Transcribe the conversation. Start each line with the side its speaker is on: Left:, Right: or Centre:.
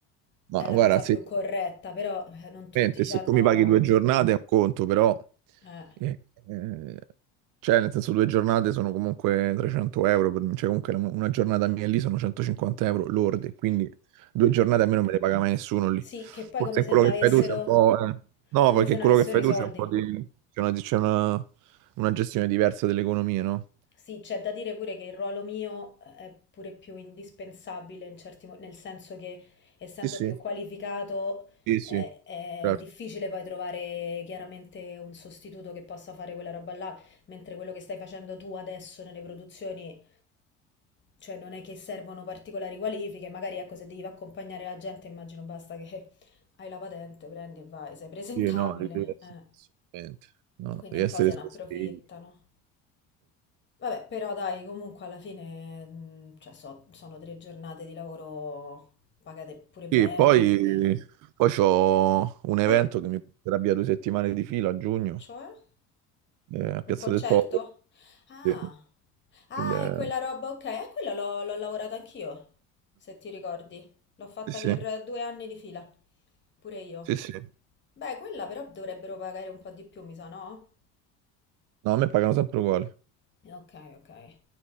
Right: Ma
Left: è la
Right: guarda,
Left: cosa
Right: sì.
Left: più corretta, però eh, non tutti
Right: Mente, Se
Left: ci hanno...
Right: tu mi paghi due giornate è un conto, però,
Left: Eh,
Right: eh, eh, cioè, nel senso, due giornate sono comunque 300 euro, per- cioè, comunque una una giornata mia lì sono 150 euro lordi, quindi due giornate
Left: eh.
Right: a me non me le paga mai nessuno lì.
Left: Sì, che poi
Right: Forse
Left: come se
Right: in quello
Left: non avessero,
Right: che fai tu c'è un po', eh, no,
Left: come
Right: perché
Left: se
Right: in
Left: non
Right: quello
Left: avessero
Right: che fai
Left: i
Right: tu
Left: soldi.
Right: c'è un po' di, c'è una, c'è una- una gestione diversa dell'economia, no?
Left: Sì, c'è da dire pure che il ruolo mio eh, è pure più indispensabile in certi mo- nel senso che essendo
Right: Sì, sì.
Left: più qualificato
Right: Sì, sì,
Left: eh, è
Right: certo.
Left: difficile poi trovare chiaramente un sostituto che possa fare quella roba là, mentre quello che stai facendo tu adesso nelle produzioni, cioè non è che servono particolari qualifiche, magari ecco se devi accompagnare la gente immagino basta che <laughs> hai la patente, prendi e vai, sei presentabile,
Right: Sì, no, devi essere,
Left: eh.
Right: assolutamente. no,
Left: Quindi
Right: devi
Left: un
Right: essere
Left: po' se
Right: scospigli.
Left: ne approfittano. Vabbè, però dai, comunque alla fine, mh, cioè, so- sono tre giornate di lavoro pagate pure
Right: Sì,
Left: bene.
Right: poi,
Left: che-
Right: poi c'ho un evento
Left: Poi,
Right: che mi porterà via due settimane di fila a giugno,
Left: cioè,
Right: eh, a Piazza
Left: un concerto?
Right: del Popolo.
Left: Ah,
Right: Sì,
Left: ah,
Right: il- eh,
Left: è quella roba, ok. A quella l'ho l'ho lavorato anch'io, se ti ricordi. L'ho fatta
Right: sì,
Left: per due anni di fila, pure io.
Right: sì, sì, sì.
Left: Beh, quella però dovrebbero pagare un po' di più, mi sa, no?
Right: No, a me pagano sempre uguali.
Left: Ok, ok.